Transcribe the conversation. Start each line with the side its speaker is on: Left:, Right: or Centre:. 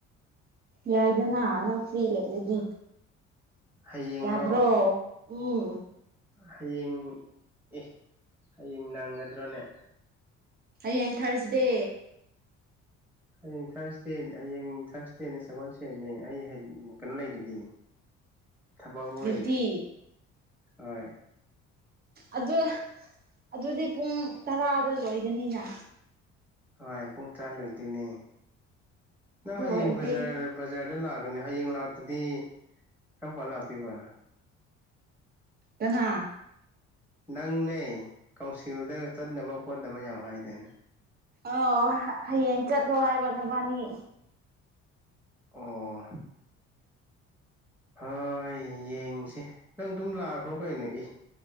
Right: ꯌꯥꯏꯗꯅ ꯅꯪ ꯐ꯭ꯔꯤ ꯂꯩꯔꯗꯤ
Centre: ꯍꯌꯦꯡꯂꯣ
Right: ꯌꯥꯗ꯭ꯔꯣ ꯎꯝ
Centre: ꯍꯌꯦꯡ ꯑꯦ ꯍꯌꯦꯡ ꯅꯪꯒꯗ꯭ꯔꯣꯅꯦ
Right: ꯍꯌꯦꯡ ꯊꯥꯔꯁꯗꯦ
Centre: ꯍꯌꯦꯡ ꯊꯥꯔꯁꯗꯦ ꯍꯌꯦꯡ ꯊꯥꯔꯁꯗꯦꯅꯦ ꯁꯒꯣꯜꯁꯦꯠꯅꯦ ꯑꯩ ꯀꯩꯅꯣ ꯂꯩꯗꯨꯗꯤ ꯊꯕꯛ ꯃ
Right: ꯗ꯭ꯌꯨꯇꯤ
Centre: ꯂꯩꯌꯦ ꯍꯣꯏ
Right: ꯑꯗꯨ ꯑꯗꯨꯗꯤ ꯄꯨꯡ ꯇꯔꯥꯗ ꯂꯣꯏꯒꯅꯤꯅ
Centre: ꯍꯣꯏ ꯄꯨꯡ ꯇꯔꯥ ꯂꯩꯗꯣꯏꯅꯦ ꯅꯪ
Right: ꯑꯗꯨ
Centre: ꯍꯌꯦꯡ
Right: ꯑꯣꯏꯔꯗꯤ
Centre: ꯕꯖꯥ ꯕꯖꯥꯔꯗ ꯂꯥꯛꯑꯒ ꯍꯌꯦꯡ ꯂꯥꯛꯇꯗꯤ ꯀꯔꯝ ꯄꯥꯟ ꯂꯥꯛꯄꯤꯣꯏꯕ
Right: ꯀꯅꯥ
Centre: ꯅꯪꯅꯦ ꯀꯥꯎꯟꯁꯤꯜꯗ ꯆꯠꯅꯕ ꯈꯣꯠꯅꯕ ꯌꯥꯝ ꯍꯥꯏꯗꯅ
Right: ꯑ ꯍꯌꯦꯡ ꯆꯠꯂꯣ ꯍꯥꯏꯕ ꯅꯕꯥꯅꯤ
Centre: ꯑꯣ ꯍꯣꯏ ꯌꯦꯡꯁꯤ ꯅꯪ ꯑꯗꯨꯝ ꯂꯥꯛꯈ꯭ꯔꯣ ꯀꯩꯅꯣ ꯏ